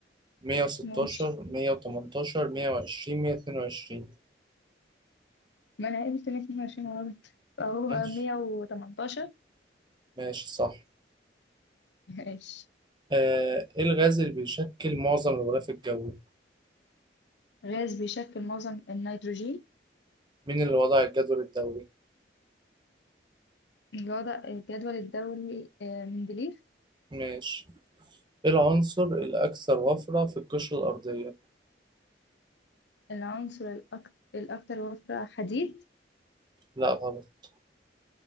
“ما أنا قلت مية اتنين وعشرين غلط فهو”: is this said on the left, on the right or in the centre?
Left